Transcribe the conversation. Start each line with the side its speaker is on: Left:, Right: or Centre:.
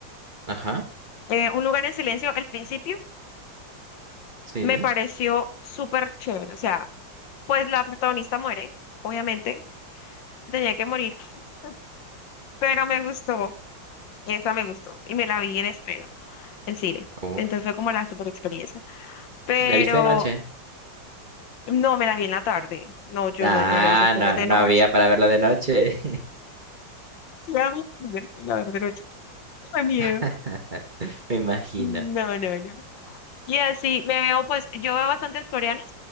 Right: Ajá.
Left: eh, Un lugar en silencio, al principio,
Right: Sí.
Left: me pareció súper chévere. O sea, pues la protagonista muere, obviamente, tenía que morir, <laughs> pero me gustó, esa me gustó, y me la vi en estreno, en cine.
Right: Uy.
Left: Entonces fue como la super experiencia. Pero
Right: ¿La viste de noche?
Left: no me la vi en la tarde. No, yo
Right: Ah,
Left: no iba a ver esas cosas
Right: no,
Left: de
Right: no
Left: noche.
Right: había para verla de noche.
Left: La verdad, la verdad, no, chico, qué miedo.
Right: <laughs> Me imagino.
Left: No, no, no. Y así me veo, pues, yo veo bastantes coreanas.